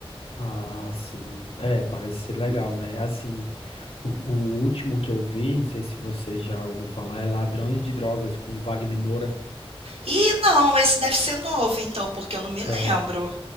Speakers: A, on the left; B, on the right.
A: Ah, sim. É, parece ser legal, né? Assim, o, o último que eu vi, não sei se você já ouviu falar, é Ladrões de Drogas com Wagner Moura.
B: E não, esse deve ser novo, então, porque eu não me lembro.
A: É,